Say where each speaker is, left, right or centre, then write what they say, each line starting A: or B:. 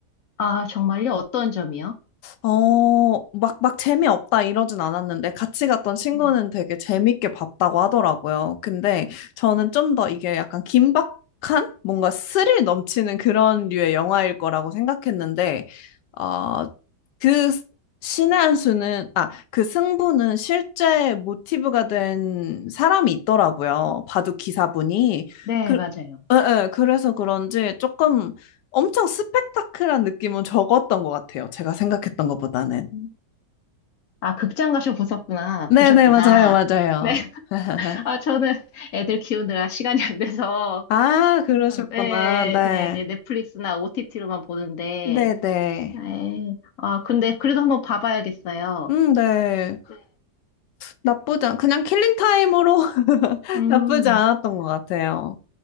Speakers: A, on the left; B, on the left.
A: 아, 정말요? 어떤 점이요?
B: 어, 막, 막 재미없다 이러진 않았는데 같이 갔던 친구는
A: 음.
B: 되게 재밌게 봤다고 하더라고요. 근데 저는 좀 더 이게 약간 긴박한 뭔가 스릴 넘치는 그런 류의 영화일 거라고 생각했는데, 어, 그 신의 한 수는, 아, 그 승부는 실제 모티브가 된 사람이 있더라고요. 바둑 기사분이.
A: 네,
B: 그,
A: 맞아요.
B: 예, 예, 그래서 그런지 조금 엄청 스펙타클한 느낌은 적었던 것 같아요. 제가 생각했던 것보다는.
A: 음. 아, 극장 가셔 보셨구나.
B: 네네,
A: 보셨구나.
B: 맞아요, 맞아요.
A: 네. <laughs>
B: <laughs>
A: 아, 저는 애들 키우느라 시간이 안 돼서
B: 아, 그러셨구나.
A: 항상, 네,
B: 네.
A: 그냥 이제 넷플릭스나 OTT로만 보는데,
B: 네네.
A: 네. 아, 근데 그래도 한번 봐봐야겠어요.
B: 음, 네.
A: 네.
B: 나쁘지 않, 그냥 킬링 타임으로 <laughs>
A: 음,
B: 나쁘지 않았던 것 같아요.